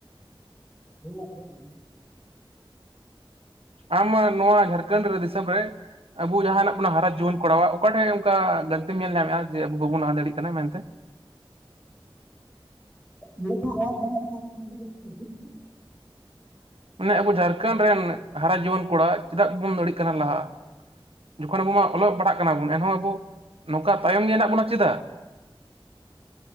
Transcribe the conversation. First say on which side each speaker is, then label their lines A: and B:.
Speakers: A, on the left (about 15°); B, on the right (about 85°).
A: ᱦᱩᱸ ᱮᱫᱚᱢᱫᱚᱢ᱾
B: ᱟᱢ ᱱᱚᱣᱟ ᱡᱷᱟᱲᱠᱷᱚᱸᱰ ᱨᱮ ᱫᱤᱥᱚᱢ ᱨᱮ ᱟᱵᱚ ᱡᱟᱦᱱᱟᱜ ᱵᱚᱱᱟ ᱦᱟᱨᱟ ᱡᱩᱣᱟᱹᱱ ᱠᱚᱨᱟᱣᱟ ᱚᱠᱟᱴᱷᱮᱱ ᱚᱱᱠᱟ ᱜᱟᱹᱛᱮᱢ ᱧᱮᱞ ᱧᱟᱢᱮᱫᱼᱟ ᱡᱮ ᱟᱵᱚ ᱵᱟᱵᱚᱱ ᱞᱟᱦᱟ ᱫᱟᱲᱮᱭᱟᱜ ᱠᱟᱱᱟ ᱢᱮᱱᱛᱮ᱾
A: ᱢ ᱪ ᱟᱡ ᱵᱟ ᱟᱠ ᱫ <unintelligible> <inaudible>
B: ᱢᱟᱱᱮ ᱟᱵᱚ ᱡᱷᱟᱲᱠᱷᱚᱸᱰ ᱨᱮᱱ ᱦᱟᱨᱟ ᱡᱩᱣᱟᱹᱱ ᱠᱚᱲᱟ ᱪᱮᱫᱟᱜ ᱵᱚᱱ ᱫᱟᱲᱭᱟᱜ ᱠᱟᱱᱟ ᱞᱟᱦᱟ? ᱡᱚᱠᱷᱚᱱ ᱟᱵᱚ ᱢᱟ ᱚᱞᱚᱜ ᱯᱟᱲᱦᱟᱜ ᱠᱟᱱᱟ ᱵᱚᱱ ᱮᱱᱦᱚᱸ ᱟᱵᱚ ᱱᱚᱝᱠᱟ ᱛᱟᱭᱚᱢ ᱜᱮ ᱦᱮᱱᱟᱜ ᱵᱚᱱᱟ ᱪᱮᱫᱟᱜ?